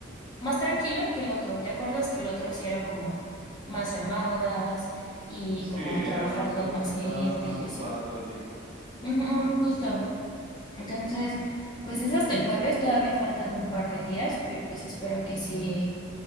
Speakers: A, on the left; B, on the right.
A: más tranquilo que el otro. ¿Te acuerdas que el otro sí era como más llamadas y
B: Sí,
A: como trabajar
B: era más,
A: con
B: o-
A: más
B: estabas
A: gente
B: más
A: y
B: ocupada
A: así?
B: todo el tiempo.
A: Ujú, justo. Entonces, pues es hasta el jueves, todavía faltan un par de días, pero pues espero que sí,